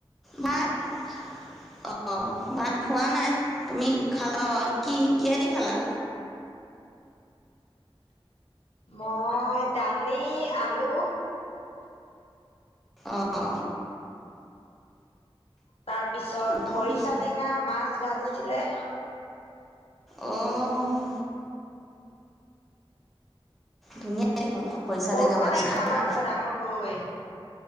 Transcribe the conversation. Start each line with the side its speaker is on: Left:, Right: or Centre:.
Centre: ভাত - অঁ ভাত খোৱা নাই তুমি খালা অঁ কি কিহেদি খালা
Left: মই দালি আলু
Centre: অঁ
Left: তাৰ পিছত
Centre: বতাহ
Left: খৰিচা
Centre: মাৰিছে
Left: টেঙা মাছ ভাজিছিলে
Centre: অ' ধুনীয়া দেখোন খৰিচা
Left: বৰষুণ
Centre: টেঙা মাছ
Left: আহিছে
Centre: খালা
Left: আমাৰ ফালে ডাঙৰকৈ,